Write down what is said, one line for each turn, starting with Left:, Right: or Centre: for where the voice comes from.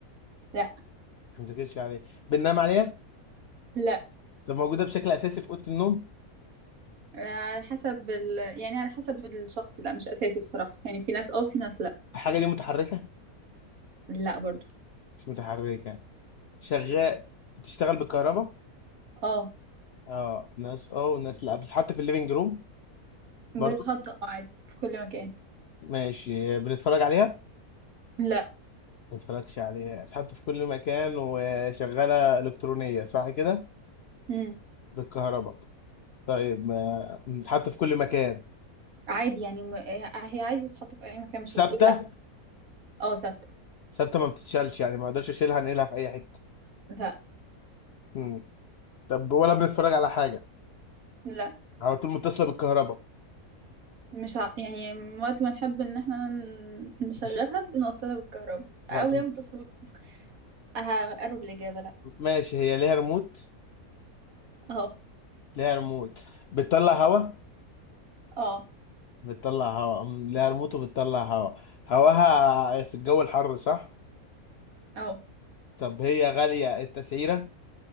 Right: لا
Left: ما بنذاكرش عليها بننام عليها
Right: لا
Left: طب موجوده بشكل اساسي في اوضه النوم
Right: آه، على حسب ال... يعني على حسب الشخص لا مش أساسي بصراحة يعني في ناس اه في ناس لا
Left: الحاجه دي متحركه
Right: لا برضو
Left: مش متحركه شغال بتشتغل بالكهرباء
Right: اه
Left: اه ناس اه وناس لا بتتحط في الليفينج روم
Right: بتتحط
Left: برضو
Right: اه عادي في كل مكان
Left: ماشي بنتفرج عليها
Right: لا
Left: ما تتفرجش عليها حتى في كل مكان وشغالة إلكترونية صح كده
Right: امم
Left: بالكهرباء طيب ما- بتتحط في كل مكان
Right: عادي يعني م... هي عادي تتحط في أي مكان مش
Left: ثابتة
Right: هتقول لا اه ثابتة
Left: ثابتة ما بتتشالش يعني ما اقدرش اشيلها انقلها في اي حتة
Right: لا
Left: مم. طب ولا بنتفرج على حاجة
Right: لا
Left: على طول متصلة بالكهرباء
Right: مش ع... يعني وقت ما نحب ان احنا ن- نشغلها
Left: مش-
Right: بنوصلها بالكهرباء
Left: وقت
Right: او هي
Left: م-
Right: متصلة بال... هقرب الاجابة لا
Left: ماشي هي ليها ريموت
Right: اهو
Left: ليها ريموت بتطلع هوا
Right: اه
Left: بتطلع هوا مم، ليها ريموت وبتطلع هوا هواها في الجو الحر صح
Right: اه
Left: طب هي غالية التسعيرة